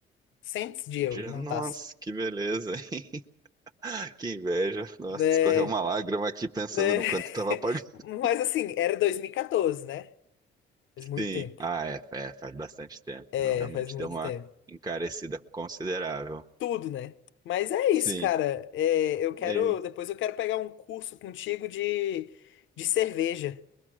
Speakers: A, on the left; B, on the right.
A: Cents de
B: De-
A: euros na
B: Nossa,
A: taça.
B: que beleza, hein? Que inveja. Nossa,
A: Né,
B: escorreu uma lágrima aqui pensando
A: né.
B: no quanto estava
A: <laughs>
B: pagando.
A: Mas
B: <laughs>
A: assim, era 2014, né? Faz muito
B: Sim.
A: tempo.
B: Ah, é, é, faz bastante tempo.
A: É,
B: Não, realmente
A: faz muito
B: deu uma
A: tempo.
B: encarecida considerável.
A: tudo, né? Mas é isso,
B: Sim.
A: cara. É, eu quero.
B: É,
A: Depois eu quero pegar um curso contigo de, de cerveja,